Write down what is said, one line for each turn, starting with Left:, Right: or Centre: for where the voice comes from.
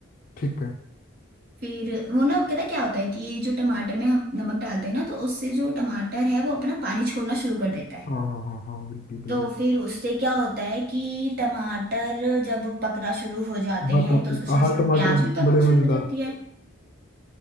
Left: ठीक है
Right: फिर वो ना कहता क्या होता है कि जो टमाटर में हम नमक डालते हैं ना तो उससे जो टमाटर है वो अपना पानी छोड़ना शुरू कर देता है
Left: हाँ हाँ हाँ हाँ बिल्कुल बिल्कुल
Right: तो फिर उससे क्या होता है कि टमाटर जब पकना शुरू हो जाते
Left: आहा
Right: हैं
Left: ट-
Right: तो उसके साथ
Left: आहा
Right: साथ
Left: टमाटर
Right: प्याज भी पकनी
Left: बड़े
Right: शुरू
Left: मजेदार
Right: हो जाती है